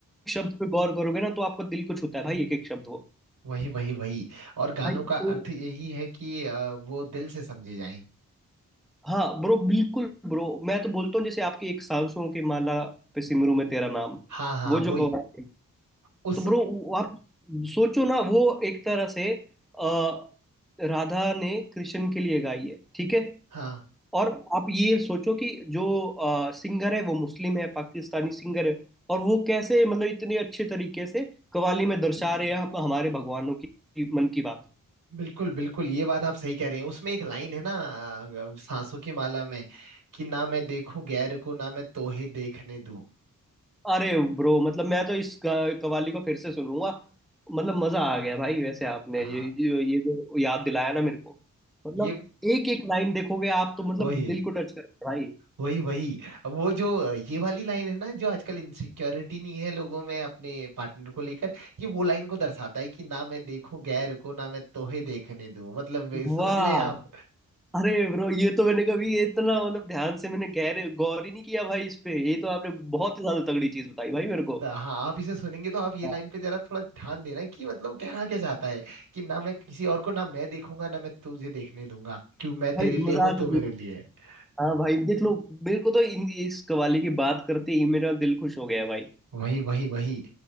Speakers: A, in the centre; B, on the right.
A: शब्द पे गौर करोगे ना तो आपको दिल को छूता है भाई एक एक शब्द वो
B: वही वही वही और गानों
A: भाई
B: का अर्थ
A: एक-
B: यही है कि अ, वो दिल से समझे जाएं
A: हाँ ब्रो बिल्कुल ब्रो मैं तो बोलता हूँ जैसे आपकी एक सांसों की माला पे सिमरू में तेरा नाम
B: हाँ हाँ
A: वो जो
B: वही
A: कव्वाली है
B: उस
A: तो ब्रो आप सोचो ना वो एक तरह से अ, राधा ने कृष्ण के लिए गाई है ठीक है
B: हाँ
A: और आप ये सोचो कि जो सिंगर है वो मुस्लिम है पाकिस्तानी सिंगर है और वो कैसे मतलब इतने अच्छे तरीके से कव्वाली में दर्शा रहे हैं हम हमारे भगवानों की मन की बात
B: बिल्कुल बिल्कुल ये बात आप सही कह रहे हैं उसमें एक लाइन है ना अ, सांसों की माला में कि ना मैं देखूं गैर को ना मैं तोहे देखने दूं
A: अरे ब्रो मतलब मैं तो इस गा- कव्वाली को फिर से सुनूंगा मतलब मजा आ गया भाई वैसे आपने
B: हाँ
A: ये ये ये जो याद दिलाया ना मेरे को मतलब
B: ये
A: एक एक लाइन देखोगे आप तो मतलब
B: वही
A: दिल
B: है
A: को टच करता है भाई
B: वही वही अब वो जो ये वाली लाइन है ना जो आजकल इनसिक्योरिटी नहीं है लोगों में अपने पार्टनर को लेकर ये वो लाइन को दर्शाता है कि ना मैं देखूं गैर को ना मैं तोहे देखने दूं मतलब ये समझ
A: वाह
B: रहे हैं आप
A: अरे ब्रो ये तो मैंने कभी इतना मतलब ध्यान से मैंने गहरे गौर ही नहीं किया भाई इस पे ये तो आपने बहुत ही ज्यादा तगड़ी चीज बताई भाई मेरे को
B: द- हाँ आप इसे सुनेंगे तो आप ये लाइन
A: हाँ।
B: पे जरा थोड़ा ध्यान देना कि मतलब कहना क्या चाहता है कि ना मैं किसी और को ना मैं देखूंगा ना मैं तुझे देखने दूंगा क्यों मैं तेरे
A: भाई
B: लिए
A: मजाक
B: हूं तू मेरे
A: नहीं।
B: लिए है।
A: हाँ भाई देख लो मेरे को तो इन, इस कवाली की बात करते ही मेरा दिल खुश हो गया भाई
B: वही वही वही